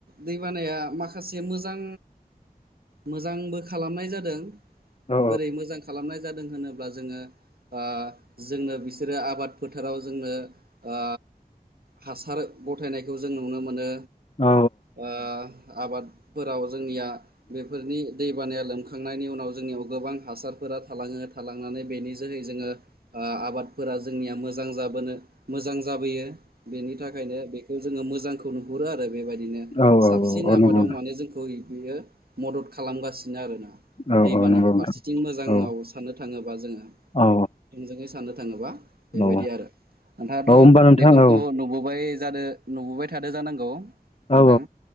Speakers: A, on the right; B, on the left.
A: दैबानाया माखासे मोज जां मोजांबो खालामनाय जादों
B: औ
A: बोरै मोजां खालामनाय जादों दों होनोब्ला जोङो ओ जोंनो बिसोरो आबाद फोथाराव जोंनो ओ हासार गथायनायखौ जों नुनो मोन नो।
B: औ
A: ओ आबादफोराव जोंनिया बेफोरनि दै बानाया लोमखांनायनि उनाव जोंनियाव गोबां हासारफोरा थालाङो थालांनानै बेनि जोहै जोङो ओ आबादफोरा जोंनिया मोजां जाबोनो मोजां जाबोयो। बेनि थाखायनो बेखौ जोङो मोजांखौ नुहुरो आरो बेबायदि बिदिनो
B: औ
A: साबसिन
B: औ
A: आबादाव
B: नंगौ नोंथां
A: माने जोंखौ बियो मदद खालामगासिनो आरो ना।
B: औ
A: दै
B: औ
A: बानाया
B: नंगौ नोंथां
A: फारसेथिं मोजाङाव
B: औ
A: साननो थाङोबा जोङो
B: औ
A: थोंजोङै साननो थाङोबा बेबायदि
B: औ
A: आरो नोंथाङाथ'
B: होमबा नोंथां
A: बेफोरखौ
B: औ
A: नुबोबाय जादो नुबोबाय थादो जानांगौ नोंथां
B: औ